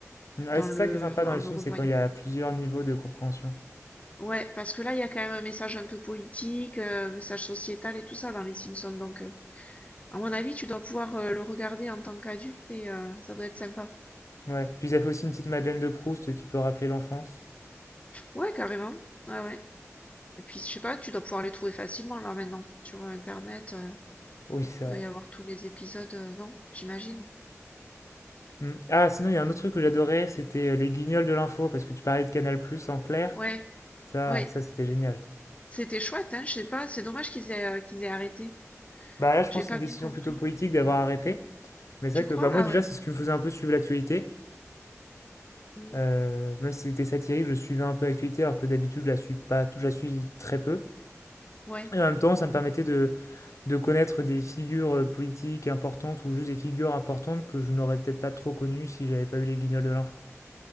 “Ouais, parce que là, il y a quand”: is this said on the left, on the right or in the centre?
Left